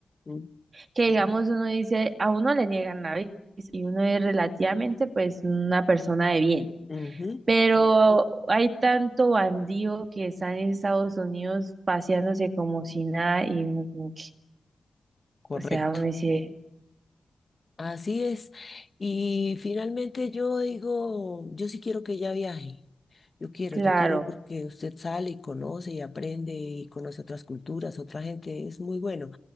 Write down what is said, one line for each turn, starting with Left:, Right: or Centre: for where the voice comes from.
Left: Mm.
Right: que digamos uno dice, a uno le niegan la visa y uno es relativamente pues una persona de bien,
Left: Ujú,
Right: pero hay tanto bandido que está en Estados Unidos paseándose como si nada y uno como que,
Left: Correcto.
Right: o sea, uno dice,
Left: Así es. Y finalmente yo digo, yo sí quiero que ella viaje. Yo quiero,
Right: claro,
Left: yo quiero porque usted sale y conoce y aprende y conoce otras culturas, otra gente, es muy bueno.